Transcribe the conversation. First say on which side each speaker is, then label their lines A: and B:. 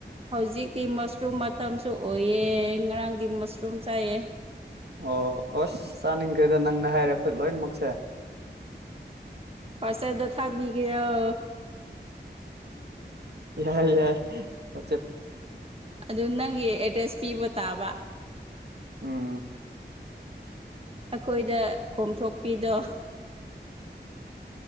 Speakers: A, on the right (about 30°); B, on the right (about 65°).
A: ꯍꯧꯖꯤꯛꯇꯤ ꯃꯁꯔꯨꯝ ꯃꯇꯝꯁꯨ ꯑꯣꯏꯌꯦ ꯉꯔꯥꯡꯗꯤ ꯃꯁꯔꯨꯝ ꯆꯥꯏꯑꯦ
B: ꯑꯣ ꯑꯁ ꯆꯥꯅꯤꯡꯈꯔꯦꯗ ꯅꯪꯅ ꯍꯥꯏꯔꯛꯄ ꯂꯣꯏꯅꯃꯛ
A: ꯋꯆꯥꯞꯇ ꯊꯥꯕꯤꯒꯦꯔꯣ
B: ꯌꯥꯏ ꯌꯥꯏ ꯋ
A: ꯑꯗꯨ ꯅꯪꯒꯤ ꯑꯦꯗ꯭ꯔꯦꯁ ꯄꯤꯕ ꯇꯥꯕ
B: ꯎꯝ
A: ꯑꯩꯈꯣꯏꯗ ꯀꯣꯝꯊꯣꯛꯄꯤꯗꯣ